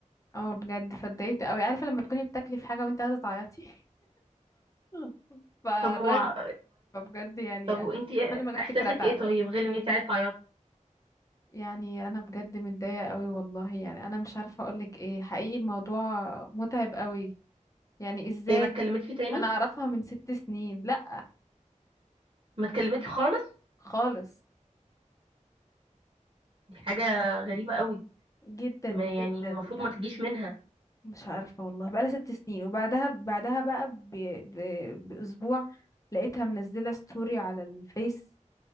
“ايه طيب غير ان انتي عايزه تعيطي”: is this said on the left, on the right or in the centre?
Right